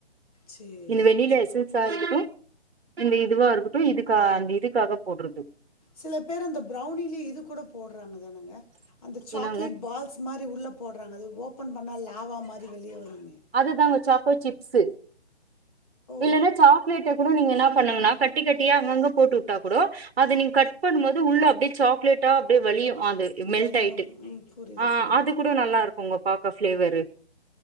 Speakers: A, on the left (about 35°); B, on the right (about 65°).
A: சரி
B: இந்த வெணிலா
A: சரி
B: எஸன் ம் இந்த இதுவாருக்கட்டு இதுக்கா அந்த இதுக்காக போட்ருக்குது
A: சில பேர் அந்த பிரௌனிலே இது கூட போடுறாங்கதானங்க அந்த சாக்லேட்
B: என்னங்க
A: பால்ஸ் மாரி உள்ள போடுறாங்க அது ஓபன் பண்ணா லாவா மாரி வெளியே வருமே
B: அதுதாங்க சாக்கோ சிப்ஸு
A: ஓ
B: இல்லன்னா சாக்லேட்ட கூட நீங்க என்ன பண்ணுங்கன்னா கட்டி கட்டியா அங்கங்க போட்டு உட்டா கூடோ அது நீங்க கட் பண்ணுபோது உள்ள அப்டியே சாக்லேட் டா அப்டியே வழியு அது மெல்ட்
A: வலிய
B: ஆயிட்டு
A: வலியும் ம், புரியுது
B: ஆ
A: புரியுது
B: அது
A: புரியுது
B: கூட நல்லா இருக்குங்க பாக்க ஃப்ளேவரு